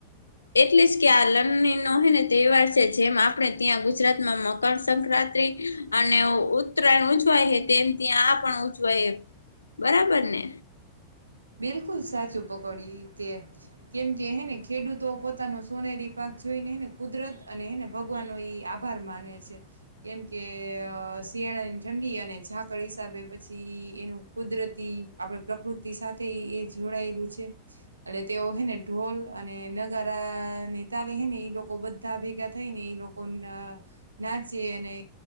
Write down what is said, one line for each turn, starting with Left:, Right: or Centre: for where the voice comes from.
Left: એટલે જ કે લગણી નો તહેવાર છે જેમ આપણે ત્યાં ગુજરાત માં મકરસંક્રાંતિ અને
Right: સોનારી પાક
Left: ઉત્તરાયણ ઉજવાય. તેમ ત્યાં આ પણ ઉચવાય બરાબર ને.
Right: બિલકુલ સાચું પકડી્યું તે, કેમકે હેને ખેડૂતો પોતાનું સોનેરી પાક જોઈને એને કુદરત અને એને ભગવાનનો એ આભાર માને છે, કેમ કે શિયાળાની ઠંડી અને ઝાકળ હિસાબે પછી એનું કુદરતી આપણે પ્રકૃતિ સાથે એ જોડાયેલું છે એટલે તેઓ હે ને ઢોલ અને નગારા ને તાલી. ને એ લોકો બધા ભેગા થઈ ને એ લોકો ન નાચે અને